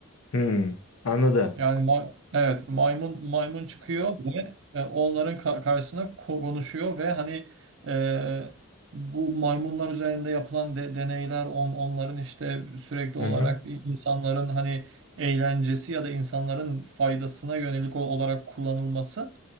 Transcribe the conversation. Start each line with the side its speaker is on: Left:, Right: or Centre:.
Left: Hı. Anladım.
Right: Yani ma- evet maymun maymun çıkıyor ve e, onların ka- karşısına ko- konuşuyor ve hani e, bu maymunlar üzerinde yapılan de- deneyler on onların işte sürekli
Left: Hı
Right: olarak
Left: hı.
Right: i- insanların hani eğlencesi ya da insanların faydasına yönelik ol- olarak kullanılması